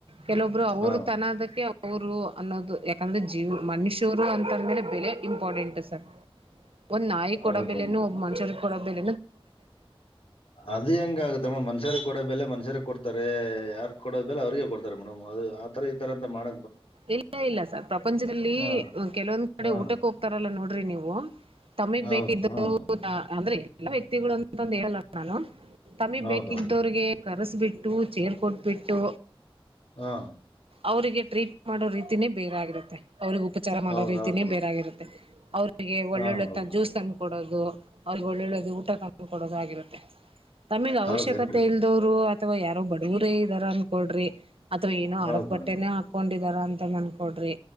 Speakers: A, on the right (about 75°); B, on the left (about 80°).
A: ಕೆಲವೊಬ್ರು ಅವರು
B: ಹಾ
A: ತನದಕ್ಕೆ ಅವರು ಅನ್ನೋದು ಯಾಕಂದ್ರೆ ಜೀವನ ಮನುಷ್ಯರು ಅಂತಂದ್ಮೇಲೆ ಬೆಲೆ ಇಂಪಾರ್ಟೆಂಟ್ ಸರ್ ಒಂದ್ ನಾಯಿ ಕೊಡಬೇಲೆನು
B: ಹೌದೇನ್ರಿ
A: ಒಬ್ಬ ಮನುಷ್ಯರಿಗೆ ಕೊಡ ಬೆಲೆ
B: ಅದು ಹೆಂಗ ಆಗತ್ತ ಮನುಷ್ಯರು ಕೊಡ ಬೆಲೆ ಮನುಷ್ಯರು ಕೊಡ್ತಾರೆ ಯಾರಾ ಕೊಡೋ ಮೇಲೆ ಅವ್ರರಿಗೆ ಕೊಡ್ತಾರೆ ಮೇಡ್ದು ಆ ತರ ಈ ತರಂತ ಮಾಡ
A: ಇಲ್ಲ ಇಲ್ಲ ಸರ್ ಪ್ರಪಂಚದಲ್ಲಿ
B: ಹಾ
A: ಕೆಲವೊಂದ್ ಕಡೆ
B: ಹಾ
A: ಊಟಕ್ಕೆ ಹೋಗ್ತಾರಲ್ಲ ನೋಡಿ <unintelligible> ನೀವು ತಮಿಗೆ
B: ಹೌದು
A: ಬೇಕಿದ್ದು
B: ಹಾ
A: ಅಂದ್ರೆ ಎಲ್ಲ ವ್ಯಕ್ತಿಗಳು ಅಂತಂದು ಹೇಳಲ್ಲ ನಾನು ತಮಿ
B: ಹೌದೌದು
A: ಬೇಕಗ್ದವ್ರಿಗೆ ಕರೆಸ ಬಿಿಟ್ಟ ಬಿಟ್ಟು ಚೇರು ಕೊಟ್ಬಿಟ್ಟು
B: ಹಾ
A: ಅವರಿಗೆ ಟ್ರೀಟ್ ಮಾಡೋ ರೀತಿನ ಬೇರಾಗಿರುತ್ತೆ ಅವ್ರಿಗೆ ಉಪಚಾರ ಮಾಡೋ
B: ಹೌದೌದು
A: ರೀತಿನೇ
B: ಮೇಡಮ್
A: ಬೇರಾಗಿರುತ್ತೆ ಅವ್ರರಿಗೆ ಒಳ್ಳೊಳ್ಳೆ
B: ಹಾ ಹೌದು
A: ಜ್ಯೂಸ್ ತಂದ ಕೊಡೋದು ಅವ್ರಿಗೆ ಒಳ್ಳೊಳ್ಳದು ಊಟ ತ ಕೊಡೋದಾಗಿರುತ್ತೆ ತಮಗ್ ಅವಶ್ಯಕತೆ
B: ಹೌದೇನ್ರಿ
A: ಇಲ್ದವ್ರು ಅಥವಾ ಯಾರೋ ಬಡವರೇ ಇದ್ದಾರ ಅನ್ಕೊಳ್ರಿ ಅಥವಾ ಏನೋ
B: ಹೌದು
A: ಅರೋಗ ಬಟ್ಟೆನೇ
B: ಮೇಡಮ್
A: ಹಾಕ ಕೊಂಡಿದಾರ ಅಂತ ನನ್ಕೊಡ್ರಿ